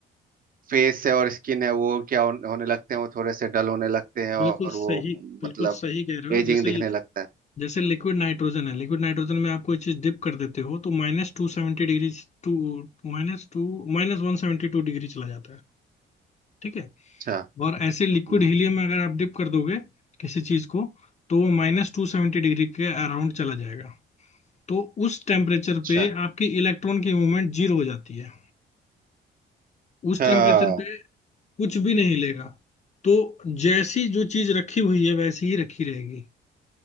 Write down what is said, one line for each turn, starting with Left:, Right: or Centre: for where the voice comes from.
Right: फेस है और स्किन है वो क्या होन- होने लगते हैं वो थोड़े से डल होने लगते हैं और
Left: बिल्कुल सही
Right: वो
Left: बिल्कुल
Right: मतलब
Left: सही कह रहे हो
Right: एजिंग
Left: जैसे
Right: दिखने लगता है
Left: जैसे लिक्विड नाइट्रोजन है लिक्विड नाइट्रोजन में आप कोई चीज डिप कर देते हो तो माइनस टू सेवेंटी degree to minus to माइनस वन सेवेंटी टू degree चला जाता है ठीक है
Right: अच्छा
Left: और ऐसे लिक्विड
Right: हम्म,
Left: हीलियम में अगर आप डिप कर दोगे किसी चीज को तो वो माइनस टू सेवेंटी डिग्री के अराउंड चला जाएगा तो उस टेम्परेचर
Right: अच्छा
Left: पे आपकी इलेक्ट्रॉन की मूवमेंट जीरो हो जाती है
Right: अच्छा
Left: उस टेम्परेचर पे कुछ भी नहीं लेगा तो जैसी जो चीज रखी हुई है वैसी ही रखी रहेगी